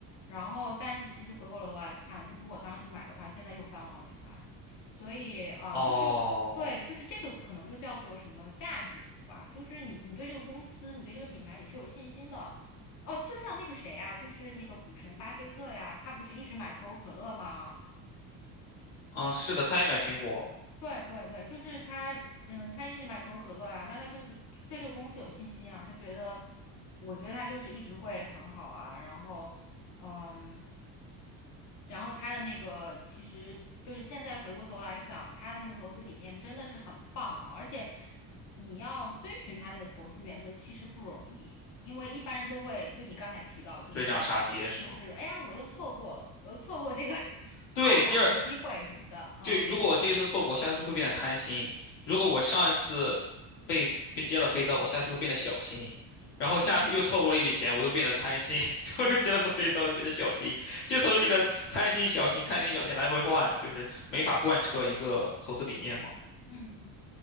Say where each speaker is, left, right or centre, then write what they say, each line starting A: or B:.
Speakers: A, on the left (about 45°); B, on the left (about 80°).
A: 然后，但是其实回过头来看，就如果当时买的话，现在又翻了好几番。所以呃，
B: 哦，
A: 就是对，就是这个可能就叫做什么价值吧，就是你你对这个公司，你对这个品牌你是有信心的。哦，就像那个谁啊，就是那个股神巴菲特呀，他不是一直买可口可乐吗？
B: 嗯，是的，他也买苹果，
A: 对对对，就是他，嗯，他一直买可口可乐呀，那他就是对这个公司有信心啊，他觉得，我觉得他就是一直会很好啊，然后，嗯。然后他的那个其实就是现在回过头来想，他的那个投资理念真的是很棒啊，而且你要遵循他那个投资原则其实不容易，因为一般人都会就你刚才提到，就是就是哎呀，
B: 追涨杀跌是吗？
A: 我又错过了，我又错过这个 <laughs>
B: 对，
A: 暴涨的机会什么的，
B: 第二
A: 嗯
B: 就如果我这一次错过，我下次就会变得贪心；如果我上一次被被接了飞刀，我下次就会变得小心。然后下次又错过了一笔钱，
A: 嗯
B: 我又变得贪心，<laughs> 然后又接了次飞刀，又变得小心。就从这个贪心、
A: 嗯
B: 小心、贪心、小心来回换，就是没法贯彻一个投资理念嘛。
A: 嗯。